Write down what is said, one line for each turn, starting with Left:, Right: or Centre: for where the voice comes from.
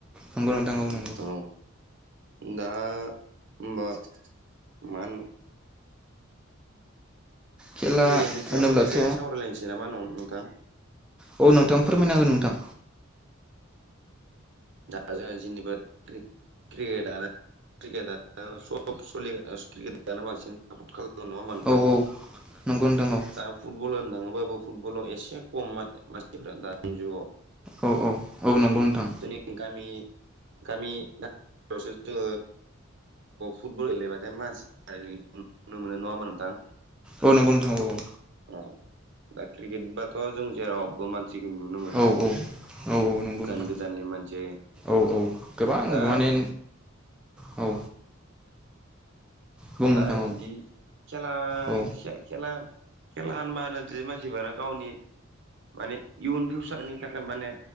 Centre: नंगौ नोंथां नंगौ
Right: औ दा होमबा मा होन
Centre: खेला
Right: क्रिकेटनि सायावनो
Centre: होनोब्लाथ'
Right: एसे सावरायलायनोसै नामा नोंथां?
Centre: औ नोंथां फोरमायना हो नोंथां।
Right: दा जोङो जनबा क्रियेदा क्रिकेट आ औ सब सलियो क्रिकेट आनो बांसिन सप खालामो नङा होमबा नोंथां।
Centre: औ औ नंगौ नोंथां औ।
Right: दा फुटबल होननो थाङोबाबो फुटबलाव एसे खम मानसिफोरा दानि जुगाव।
Centre: औ औ औ नंगौ नोंथां
Right: जोंनि गामि गामि गामिफ्रावसो जोङो फुटबल गेलेबाथाय मानसि नुनो मोनो नङा होमबा नोंथां?
Centre: औ नंगौ नोंथां औ औ।
Right: अ दा क्रिकेट बाथ' जों जेरावबो मानसिखौ नुनो मोनो।
Centre: औ औ औ नंगौ
Right: गोजान
Centre: नोंथां
Right: गोजाननि मानसि
Centre: औ औ गोबां
Right: दा
Centre: माने औ बुं
Right: दा
Centre: नोंथां
Right: बिदि
Centre: औ
Right: खेला
Centre: औ
Right: खेला खेला होनबानोदि जि मानसिफोरा गावनि माने इयुन फिउसारनि थाखाय माने